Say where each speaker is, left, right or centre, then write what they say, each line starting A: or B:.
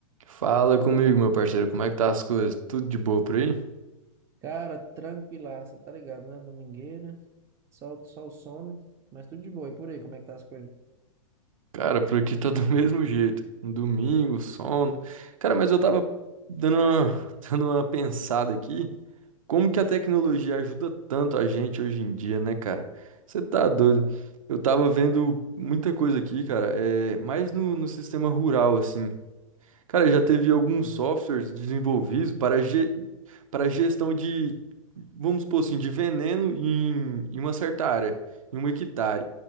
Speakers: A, on the right; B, on the right.
A: Fala comigo, meu parceiro, como é que tá as coisas? Tudo de boa por aí?
B: Cara, tranquilaça, tá ligado, né? Domingueira, só, só o sono, mas tudo de boa. E por aí, como é que tá as coisas?
A: Cara, por aqui
B: Hum.
A: tá do <laughs> mesmo jeito. Um Domingo, sono. Cara, mas eu tava dando uma, <laughs> dando uma pensada aqui, como que a tecnologia ajuda tanto a gente hoje em dia, né, cara? Você tá doido?
B: Hum,
A: Eu tava vendo muita coisa aqui, cara, é, mais no, no sistema rural, assim. Cara, já teve alguns
B: hum,
A: softwares desenvolvidos para, ge para gestão de, vamos supor assim, de veneno em, em uma certa área, em um hectare.